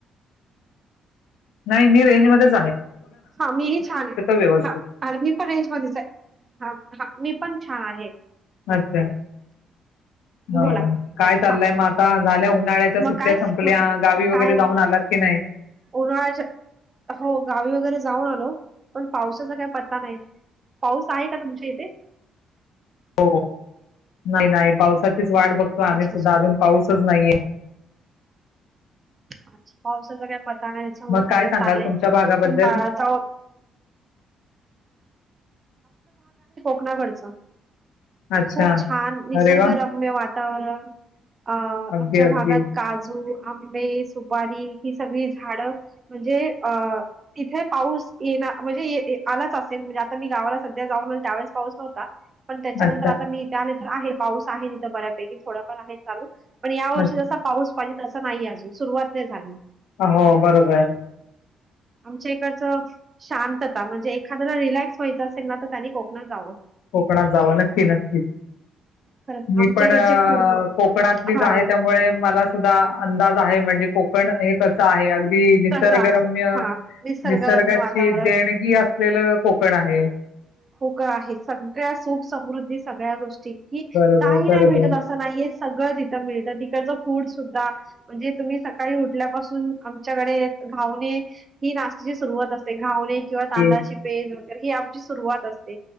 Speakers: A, on the left (about 85°); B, on the right (about 35°).
A: नाही मी रेजमध्येध्ये.
B: हा मीही छान आहे
A: व्यवस्थित
B: हा आणि मी पण रेंज मध्येच आहे हा हा मी पण छान आहे
A: अच्छा हो
B: बोला
A: काय चाललंय
B: हा
A: मग आता झाल्या उन्हाळ्याच्या सुट्ट्या
B: मग काय काय
A: संपल्या गावी वगैरे
B: नाही
A: जाऊन आलात की नाही
B: उन्हाळ्याच्या हो गावी वगैरे जाऊन आलो पण पावसाचा काही पत्ता नाही पाऊस आहे का तुमच्या इथे
A: हो नाही नाही पावसाचीच वाट बघतोय आम्ही
B: अच्छा
A: सुद्धा
B: अच्छा
A: अजून पाऊसच नाहीये
B: अच्छा पावस वगैरे पताना त्याच्यामुळे
A: मग
B: सगळं
A: काय सांगाल
B: चाललय
A: तुमच्या भागाबद्दल
B: पण बाळाजवळ कोकणाकडचं
A: अच्छा
B: खूप छान निसर्गरम्य
A: अरे वा
B: वातावरण त्याला अ
A: अगदी
B: आमच्या भागात
A: अगदी
B: काजू आंबे सुद... तरी ही सगळी झाड म्हणजे अ.. तिथे पाऊस येणा.. म्हणजे ये.. ये.. आलाच असेल म्हणजे मी गावाला सध्या जाऊन आले त्यावेळेस पाऊस नव्हता पण त्याच्यानंतर
A: अच्छा
B: आता मी इथे आले आहे पाऊस आहे तिथं बऱ्यापैकी थोडाफार आहे चालच पण या वर्षी
A: अच्छा.
B: जसा पाऊस पाडत तसा नाही अजून सुरुवात नाही झाली.
A: हो बरोबर आहे.
B: आमच्या इकडच शांतता म्हणजे एखाद्याला रिलॅक्स. सोईच असेल ना तर त्यांनी कोकणात जावं.
A: कोकणात जावं नक्की नक्कीच
B: खरंच
A: मी
B: आमच्याकडचे
A: पण अ...
B: फूड
A: कोकणातलीच
B: हा
A: आहे त्यामुळे मला सुद्धा अंदाज आहे म्हणजे कोकण हे कसं आहे अगदी निसर्गरम्य
B: कसं असं हा निसर्गरम्य
A: निसर्गाची
B: वातावरण
A: देणगी असलेलं कोकण पण आहे.
B: खूप काही आहे सगळ्या सुख समृद्धी सगळ्या गोष्टी कि
A: बरोबर,
B: काही नाही
A: बरोबर.
B: भेटत असं नाहीये सगळं तिथं मिळतं तिकडचं फ्रूट सुद्धा म्हणजे तुम्ही सकाळी उठल्यापासून आमच्याकडे घावणे ही नाश्त्याची सुरुवात असते घावणे. किंवा तांदळाची
A: ती
B: पेल हि आमची. सुरुवात असते.